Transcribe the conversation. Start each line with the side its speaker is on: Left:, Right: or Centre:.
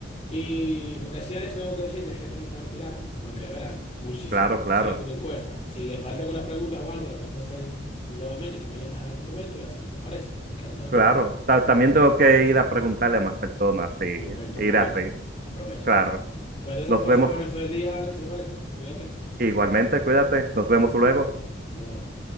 Left: Y lo que sí, Alex, tengo que decirte es que tengo que retirarme, por lo que, de verdad, muchísimo.
Right: claro, claro.
Left: Sí, te cuesta. Si te falta alguna pregunta o algo, la podemos hacer nuevamente. Tú me llamas en algún momento y la hacemos, ¿te parece? Porque ahora tengo
Right: Claro,
Left: que mover.
Right: Ta- también tengo que ir a preguntarle a más personas y
Left: Perfecto, aprovecho.
Right: ir así.
Left: Aprovecho.
Right: Claro,
Left: entonces. Pues entonces
Right: nos
Left: pasamos
Right: vemos
Left: el resto del día, Alex, ¿te parece? Cuídate
Right: igualmente, cuídate, nos vemos luego.
Left: nos vemos.